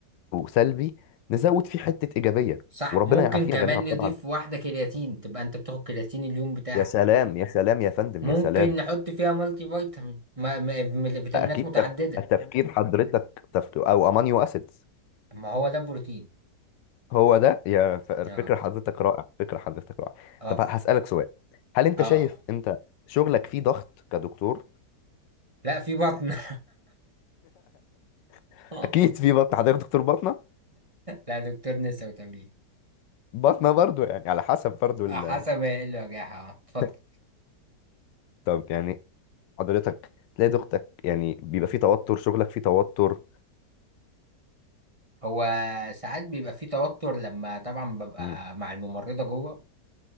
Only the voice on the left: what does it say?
سلبي نزود فيه حتة إيجابية
وربنا
يعافينا
جميعا طبعا
يا سلام يا سلام يا فندم
يا سلام
اكيد
تف... التفكير حضرتك تف... او امانيو اسيد
هو ده يا ف- فكرة
حضرتك رائع فكرة حضرتك رائع
طب هسألك سؤال هل انت
شايف
انت شغلك فيه ضغط كدكتور
<laughs>
اكيد في بطن حضرتك دكتور باطنة
باطنة برضو يعني على حسب برضو ال...
<laughs> طب يعني حضرتك تلاقي ضغطك يعني بيبقى فيه توتر شغلك فيه توتر
مم.